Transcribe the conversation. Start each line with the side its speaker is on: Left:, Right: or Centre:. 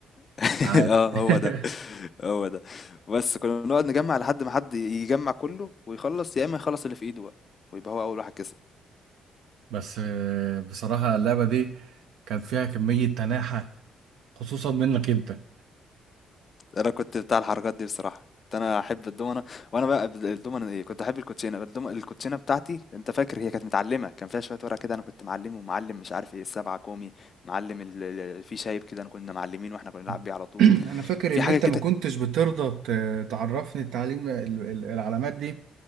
Left: <laughs>
Right: عادي
Left: اه هو
Right: <laughs>
Left: ده هو ده بس كنا بنقعد نجمع لحد ما حد يجمع كله ويخلص يا إما يخلص اللي في إيده بقى ويبقى هو أول واحد كسب
Right: بس آه، بصراحه اللعبه دي كان فيها كميه تناحه خصوصا منك انت
Left: أنا كنت بتاع الحركات دي بصراحة كنت أنا أحب الدومنة وأنا بقى الدومنة إيه كنت أحب الكوتشينة الدومنة الكوتشينة بتاعتي أنت فاكر هي كانت متعلمة كان فيها شوية ورق كده أنا كنت معلم ومعلم مش عارف إيه السبعة كومي معلم ال- ال- في شايب كده أنا كنا معلمين وإحنا كنا بنلعب بيه
Right: <clears throat>
Left: على طول
Right: انا فاكر
Left: في
Right: ان
Left: حاجة
Right: انت
Left: كده
Right: ما كنتش بترضى ت- تعرفني التعليم ال- ال- العلامات دي